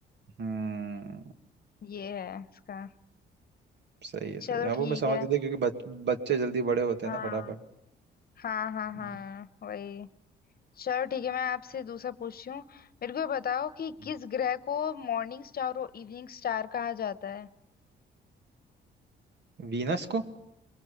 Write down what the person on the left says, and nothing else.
ये है इसका
चलो
ठीक
है
हाँ
हाँ हाँ हाँ
वही चलो ठीक है मैं आपसे दूसरा पूछती हूँ मेरे को ये बताओ कि
किस ग्रह को मॉर्निंग स्टार और इवनिंग स्टार कहा जाता है